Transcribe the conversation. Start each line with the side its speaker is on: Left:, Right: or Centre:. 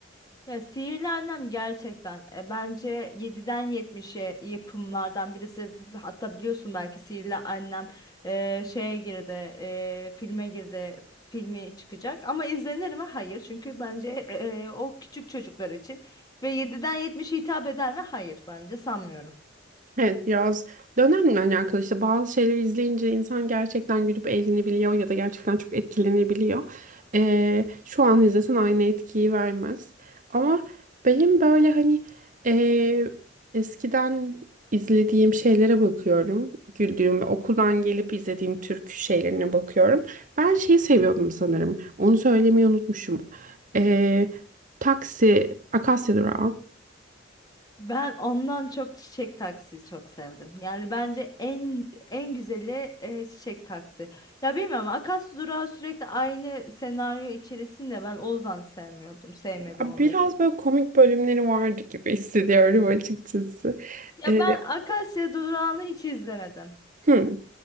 Left: Ya Sihirli Annem gerçekten e, bence yediden yetmişe yapımlardan birisi. Hatta biliyorsun belki Sihirli Annem e, şeye girdi, e, filme girdi, filmi çıkacak. Ama izlenir mi? Hayır. Çünkü bence e, o küçük çocuklar için. Ve yediden yetmişe hitap eder mi? Hayır bence sanmıyorum.
Right: Evet biraz dönemle alakalı işte bazı şeyleri izleyince insan gerçekten gülüp eğlenebiliyor ya da gerçekten çok etkilenebiliyor. Ee, şu an izlesen aynı etkiyi vermez. Ama benim böyle hani ee, eskiden izlediğim şeylere bakıyorum. Güldüğüm ve okuldan gelip izlediğim türkü şeylerine bakıyorum. Ben şeyi seviyordum sanırım. Onu söylemeyi unutmuşum. Ee, Taksi, Akasya Durağı.
Left: Ben ondan çok çiçek taksi çok sevdim. Yani bence en en güzeli e, çiçek taksi. Ya bilmiyorum Akasya Durağı sürekli aynı senaryo içerisinde ben Ozan sevmiyordum. Sevmedim
Right: Biraz
Left: onu.
Right: böyle komik bölümleri vardı gibi hissediyorum açıkçası.
Left: Ya
Right: Ee,
Left: ben Akasya Durağı'nı hiç izlemedim.
Right: hı.